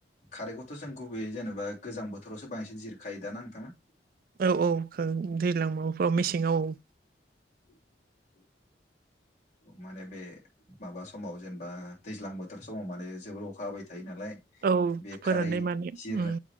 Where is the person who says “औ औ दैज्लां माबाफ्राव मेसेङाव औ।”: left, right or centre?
Right